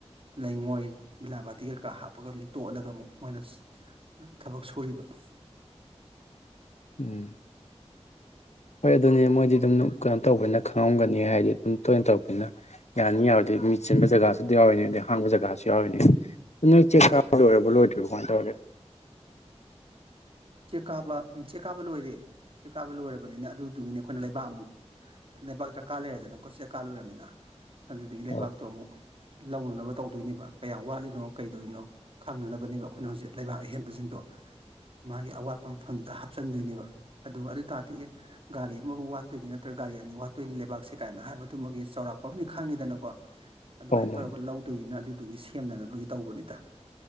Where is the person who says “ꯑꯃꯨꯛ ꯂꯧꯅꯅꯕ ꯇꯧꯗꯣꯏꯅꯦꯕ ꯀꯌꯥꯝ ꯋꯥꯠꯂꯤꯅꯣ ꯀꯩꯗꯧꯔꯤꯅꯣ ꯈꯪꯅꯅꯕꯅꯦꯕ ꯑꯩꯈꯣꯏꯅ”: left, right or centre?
Right